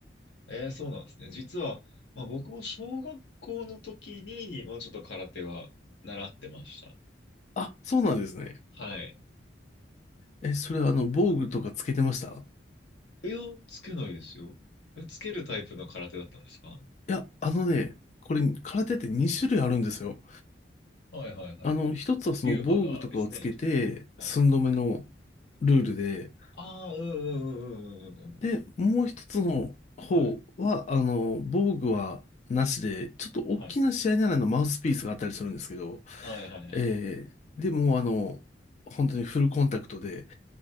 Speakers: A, on the left; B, on the left.
A: えー、そうなんですね。実は、まあ僕も小学校の時に、まあちょっと空手は習ってました。
B: あ、そうなんですね。
A: はい。
B: え、それはあの、防具とかつけてました
A: いや、つけないですよ。えつけるタイプの空手だったんですか
B: いや、あのね、これ、空手って2種類あるんですよ。
A: はいはいはいはい。
B: あの、一つはその防具とかをつけて、
A: 流派がですね。はい。
B: 寸止めのルールで、
A: ああ、うんうんうんうんうんうんうん。
B: で、もう一つの方は、
A: はい。
B: あの、防具はなしで、ちょっと大きな試合ならのマウスピースがあったりするんですけど、
A: はい。はいはいはい。
B: えー、でもうあの、本当にフルコンタクトで